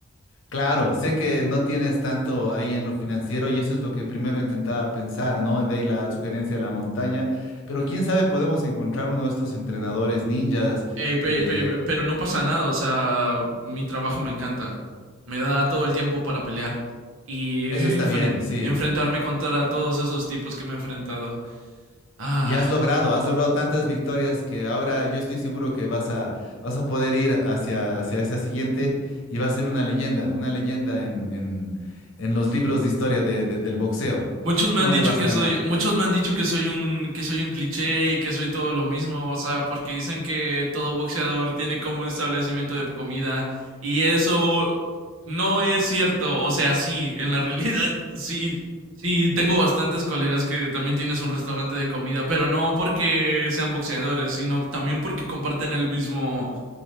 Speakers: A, on the left; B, on the right.
A: Claro, sé que no tienes tanto ahí en lo financiero y eso es lo que primero intentaba pensar, ¿no? De ahí la sugerencia de la montaña, pero quién sabe, podemos encontrar uno de estos entrenadores ninjas
B: Ey, pe-
A: de...
B: pe- pero no pasa nada, o sea, mi trabajo me encanta. Me da todo el tiempo para pelear y
A: Eso está
B: enfren-
A: bien, sí.
B: enfrentarme contra todos esos tipos que me he enfrentado. Ah,
A: Y has logrado, has logrado tantas victorias que ahora yo estoy seguro que vas a, vas a poder ir hacia, hacia esa siguiente y va a ser una leyenda, una leyenda en, en, en los libros de historia de- de- del boxeo.
B: Muchos me
A: ¿Cómo
B: han dicho
A: le vas
B: que
A: a ganar?
B: soy, muchos me han dicho que soy un, que soy un cliché y que soy todo lo mismo, o sea, porque dicen que todo boxeador tiene como un establecimiento de comida y eso no es cierto, o sea, sí, en la <laughs> realidad sí, sí, tengo bastantes colegas que también tienes un restaurante de comida, pero no porque sean boxeadores, sino también porque comparten el mismo,